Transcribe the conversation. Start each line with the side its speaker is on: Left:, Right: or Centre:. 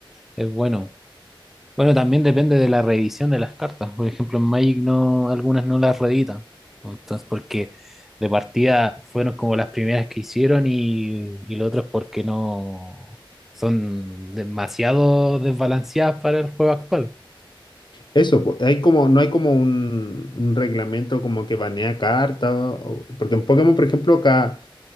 Centre: es bueno. Bueno, también depende de la reedición de las cartas. Por ejemplo, en Magic no, algunas no las reeditan. Entonces, porque de partida fueron como las primeras que hicieron y, y lo otro es porque no son demasiado desbalanceadas para el juego actual.
Left: Eso, po, hay como, no hay como un, un reglamento como que banea cartas, porque en Pokémon, por ejemplo, cada,